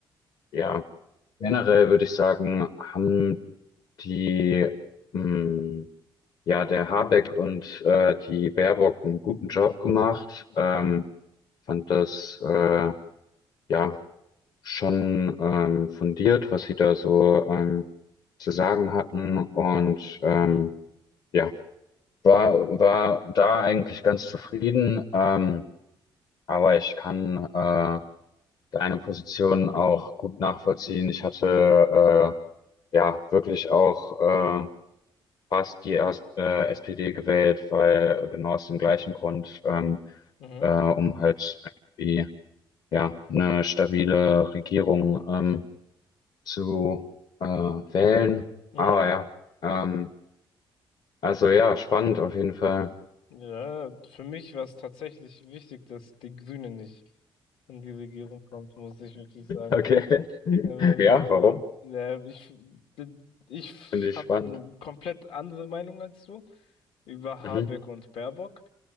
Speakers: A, on the left (about 50°); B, on the left (about 75°).
A: ja, generell würde ich sagen, haben die, mh, Ja, der Habeck und äh, die Baerbock einen guten Job gemacht.
B: Okay.
A: Ähm, fand das äh, ja schon ähm, fundiert, was sie da so ähm, zu sagen hatten. Und ähm,
B: Mhm.
A: ja, war, war da eigentlich ganz zufrieden. Ähm, aber ich kann äh, deine Position auch gut nachvollziehen. Ich hatte äh, ja wirklich auch äh, hast die erst, äh, SPD gewählt, weil äh, genau aus dem gleichen Grund, ähm,
B: Mhm.
A: äh, um halt irgendwie ja, eine stabile Regierung ähm, zu äh, wählen.
B: Mhm.
A: Aber ja, ähm, also
B: Ja.
A: ja, spannend auf jeden Fall.
B: Ja, für mich war es tatsächlich wichtig, dass die Grüne nicht in die Regierung kommt, muss ich wirklich sagen.
A: Okay. <laughs>
B: Ja, weil,
A: Ja, warum?
B: äh, ja, ich, ich
A: Finde ich
B: habe
A: spannend.
B: eine komplett andere Meinung als du über Habeck
A: Mhm.
B: und Baerbock.